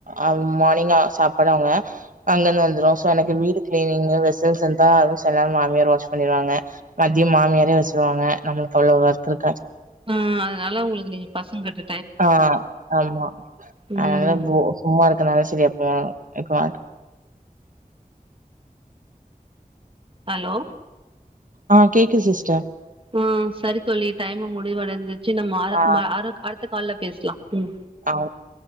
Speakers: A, on the right; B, on the right.
A: அம் மார்னிங் அ சாப்பாடு அவுங்க அங்கந்து வந்துரு சோ எனக்கு வீடு கிளீனிங்கு வெசில்ஸ் இருந்தா அதுவு சாந்தாரொ மாமியார் வாஷ் பண்ணிருவாங்க மதியம் மாமியாரே வச்சிருவாங்க நம்ளுக் அவ்ளொ ஒர்க் இருக்காது
B: ஆ அதுனால உங்களுக்கு நீங்க பசங்கிட்ட
A: ஆ ஆமா
B: ம்
A: அதுனால பொ சும்மா இருக்கனாலயாச்சு இது எப்போ ரெக்காட்
B: ஹலோ
A: ஆ கேக்கு சிஸ்டர்
B: ஆ சரி தோழி டைமு முடிவடஞ்சு ச்சு நம்ம அ
A: ஆ
B: ம‌ அர அடுத்த கால்ல பேசுலா ம்
A: ஆ